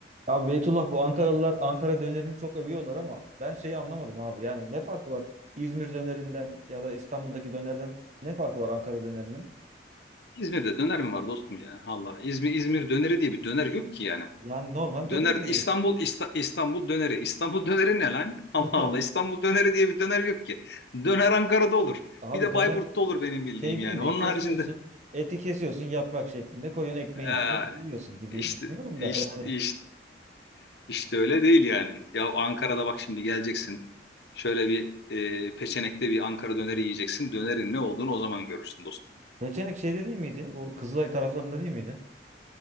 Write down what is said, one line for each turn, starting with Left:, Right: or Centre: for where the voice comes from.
Right: Abi Beytullah bu Ankaralılar Ankara dönerini çok övüyorlar ama ben şeyi anlamadım abi. Yani ne farkı var İzmir dönerinden ya da İstanbul'daki dönerden ne farkı var Ankara dönerinin?
Left: İzmir'de döner mi var dostum ya? Allah İzmir İzmir döneri diye bir döner yok ki yani.
Right: Yani normal döner
Left: Döner
Right: yiyoruz.
Left: İstanbul İsta- İstanbul döneri. İstanbul döneri ne lan? <laughs> Allah
Right: <laughs>
Left: Allah İstanbul döneri diye bir döner yok ki. Döner Ankara'da olur.
Right: Abi
Left: Bir de
Right: döner
Left: Bayburt'ta olur benim bildiğim
Right: şey değil
Left: yani.
Right: mi?
Left: Onun
Right: Kesiyorsun,
Left: haricinde <laughs>
Right: eti kesiyorsun yaprak şeklinde koyuyorsun ekmeğin
Left: ee,
Right: içine yiyorsun gibi
Left: işte,
Right: düşünüyorum
Left: işte
Right: da. Yani
Left: işte işte öyle değil yani. Ya Ankara'da bak şimdi geleceksin. Şöyle bir ee, peçenekte bir Ankara döneri yiyeceksin. Dönerin ne olduğunu o zaman görürsün dostum.
Right: Peçenek şeyde değil miydi? Bu Kızılay taraflarında değil miydi?